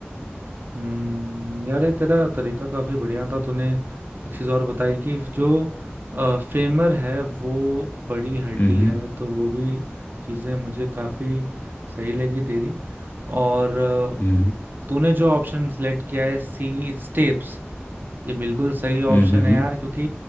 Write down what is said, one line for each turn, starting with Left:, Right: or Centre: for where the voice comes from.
Right: हम्म यार ये तेरा तरीका काफी बढ़िया था तूने एक चीज और बताई कि जो फेमर है वो बड़ी हड्डी
Left: हम्म
Right: है तो वो भी चीजें मुझे काफी सही लगी तेरी और अ,
Left: हम्म
Right: तूने जो ऑप्शन सेलेक्ट किया है सी स्टेप्स ये बिल्कुल सही ऑप्शन
Left: हम्म
Right: है यार क्योंकि